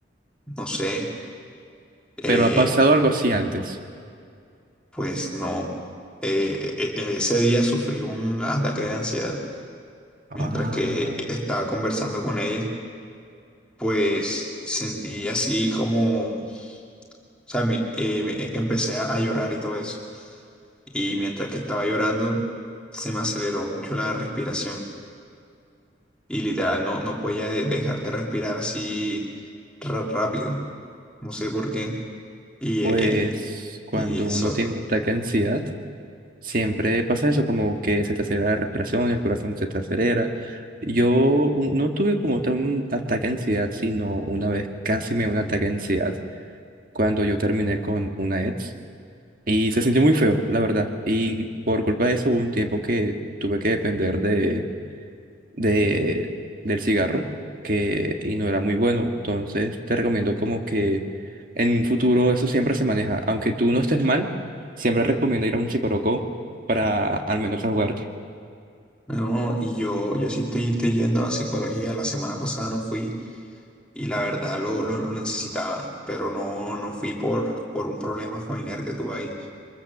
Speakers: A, in the centre; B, on the right.
A: no sé, eh,
B: Pero ha pasado algo así antes.
A: pues no, eh, e- e- ese día sufrí un ataque de ansiedad Mientras
B: Ah,
A: que estaba conversando con ella, pues sentí así como, o sea, mi- eh, me- eh, empecé a, a llorar y todo eso. Y mientras que estaba llorando, se me aceleró mucho la respiración. Y literal, no, no podía de- dejar de respirar así ra- rápido. No sé por qué. Y,
B: Pues
A: eh, eh, y,
B: cuando
A: y eso.
B: uno tiene un ataque de ansiedad, siempre pasa eso, como que se te acelera la respiración, el corazón se te acelera. Yo u- no tuve como tal un ataque de ansiedad, sino una vez casi me dio un ataque de ansiedad cuando yo terminé con una ex y se sintió muy feo, la verdad. Y por culpa de eso hubo un tiempo que tuve que depender de de, del cigarro que, y no era muy bueno. Entonces te recomiendo como que en un futuro eso siempre se maneja. Aunque tú no estés mal, siempre recomiendo ir a un psicólogo para al menos jugarte
A: No, y yo, yo sí estoy, estoy yendo a psicología. La semana pasada no fui y la verdad lo, lo, lo necesitaba, pero no, no fui por, por un problema familiar que tuve ahí.